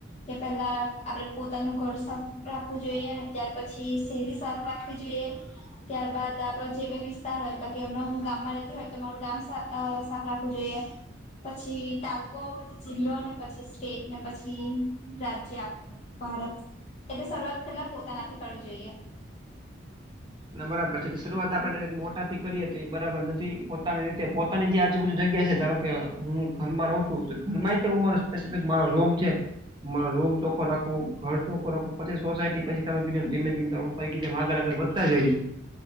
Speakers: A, on the left (about 35°); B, on the right (about 25°).
A: કે પેલા આપડે પોતાનું ઘર સાફ રાખવું જોઈએ ત્યાર પછી શેરી. સાફ રાખવી જોઈએ ત્યારબાદ આપડો જે કઈ વિસ્તાર હોય બાકી હમણાં હું ગામમાં રેતી હોય તો મારું ગામ સા અ સાફ રાખવું જોઈએ. પછી તાલુકો પછી જિલ્લોને પછી સ્ટેટને પછી રાજ્યા. ભારત એટલે શરૂઆત પેલા પોતાનાથી કરવી જોઈએ.
B: ના બરાબર છે એટલે શરૂઆત આપણે દાયરેક મોટાથી કરીએ તો એ બરાબર નથી પોતાની રીતે પોત ની જે આજુબજુ જગ્યા છે ધારો કે હું ઘરમાં રહું છું તો ઘરમાં હ મા સ્પેસફિકમા રૂમ છે. મારો રૂમ ચોખ્ખો રાખવો, ઘર ચોખ્ખું રાખવું પછી સોસાયટી પછી તમે કીધુ એમ આગળ આગળ વધ તા જઈએ.